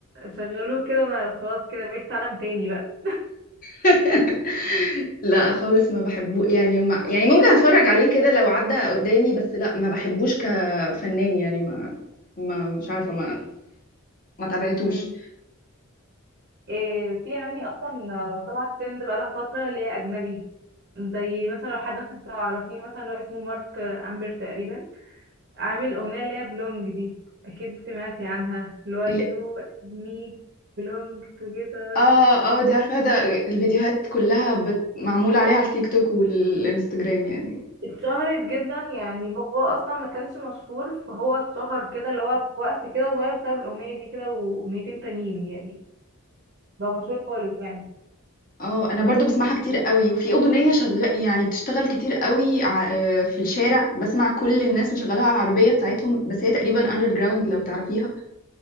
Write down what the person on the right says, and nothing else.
شغلوه كده انا خلاص كده بقيت في عالم تاني بقى
مم. إيه في اغاني اصلا طلعت ترند بقالها فترة اللي هي اجنبي زي مثلا لو حد مثلا تعرفيه مثلا اللي هو اسمه مارك امبر تقريبا عامل اغنية اللي هي بلونج دي اكيد سمعتي عنها اللي هو يو
مي بلونج together
اتشهرت جدا يعني هو اصلا ما كانش مشهور فهو اتشهر كده اللي هو في وقت كده صغير بسبب الاغنيه دي كده واغنيتين تانيين يعني بقى مشهور خالص يعني